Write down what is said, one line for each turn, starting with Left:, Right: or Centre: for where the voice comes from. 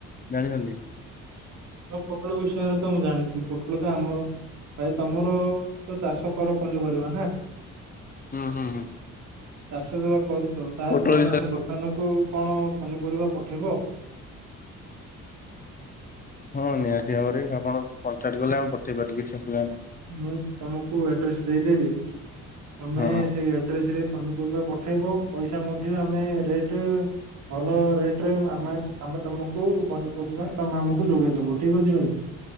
Left: ଜାଣିଚନ୍ତି?
Right: ହଁ ପୋଟଳ ବିଷୟରେ ତ ମୁଁ ଜାଣିଛି ପୋଟଳ ତ ଆମର ଭାଇ ତମର ତ ଚାଷ କର ପନିପରିବା ନା?
Left: ହୁଁ ହୁଁ ହୁଁ।
Right: ଚାଷ ଜୋଉଆ କରୁଚୁ ତାହେଲେ
Left: ପୋଟଳ
Right: ତମେ
Left: ବିଷୟରେ
Right: ଆମ ଦୋ ଦୋକାନକୁ କଣ ପନିପରିବା ପଠେଇବ?
Left: ହଁ ନିହାତି ଭାବରେ ଆପଣ କଣ୍ଟାକ୍ଟ କଲେ ଆମେ ପଠେଇ ପାରୁୁବୁ କିଛି ଅଶୁବିଧା ନାହିଁ।
Right: ମୁଁ ତମକୁ ଆଡ୍ରେସ ଦେଇଦେବି। ତମେ
Left: ହଁ।
Right: ସେଇ ଆଡ୍ରେସ ରେ ପନିପରିବା ପଠେଇବ ପଇସା ମଧ୍ୟ ଆମେ ରେଟ ଭଲ ରେଟ ରେ ଆମେ ଆମେ ତମକୁ ପନିପରିବା ତମେ ଆମକୁ ଯୋଗେଇଦବୁ ଠିକ୍ ଅଛି ଭାଇ।